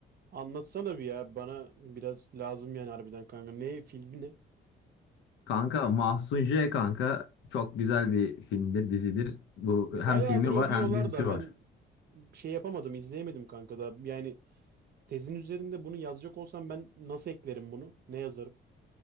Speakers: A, on the right (about 50°); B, on the left (about 75°).
A: anlatsana bir ya. Bana biraz lazım yani harbiden kanka. Ne filmi ne?
B: Kanka Mahsun J kanka çok güzel bir filmdir, dizidir. Bu
A: Bayağıdır
B: hem filmi
A: övüyorlar
B: var hem dizisi
A: da ben
B: var.
A: bir şey yapamadım, izleyemedim kanka da. Yani tezin üzerinde bunu yazacak olsam ben nasıl eklerim bunu? Ne yazarım?